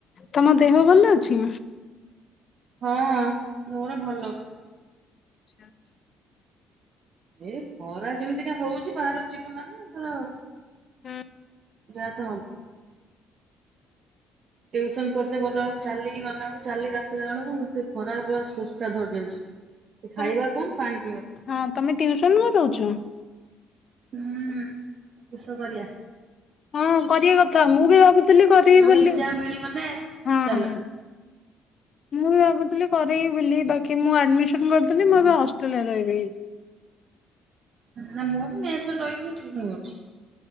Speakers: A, on the left; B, on the right.
A: ତୋମ ଦେହ ଭଲ ଅଛି?
B: ହଁ ମୋର ଭଲ।
A: ଆଚ୍ଛା ଆଚ୍ଛା।
B: ଏ ଖରା ଯେମିତିକା ହଉଚି ବାହାରକୁ ଯିବ ମାନେ ଏଥର
A: ହୁଁ,
B: ଯା ତ ହଉ ଟିଉସନ ପଢିତେ ଗଲା ବେଳକୁ ଚାଲିକି ଗଲା ବେଳକୁ ଚାଲିକି ଆସିଲା ବେଳକୁ ସେ ଖରାର ପୁରା ସୁଷ୍ଟା ଧରି ଯାଉଛି। ଖାଇବା
A: ତୋମ
B: କମ୍ ପାଣି ପିଇବା ଅଧିକ।
A: ହଁ ତୋମେ ଟିଉସନ କରଉଛ।
B: ହୁଁ, କିସ କରିବା।
A: ହଁ କରିବା କ ଥା ମୁଁ ବି ଭାବୁଥି ଥିଲି କରିବି
B: ଯୋଉଠି
A: ବୋଲି
B: ଯାହା ମିଳିଗଲେ
A: ହଁ।
B: ଚାଲ।
A: ମୁଁ ବି ଭାବୁଥିଲି କରେଇ ବୋଲି ବାକି ମୁଁ ଆଡମିସ <unintelligible> କରିଥିଲି ମୁଁ
B: ହୁଁ
A: ଏବେ ହଷ୍ଟ୍ରେଲ୍ ରେ ରହିବି। <inaudible>
B: ନା ମୁଁ ବି ମେସ୍ ରେ ରହିକି ଟିଉସନ କରୁଛି।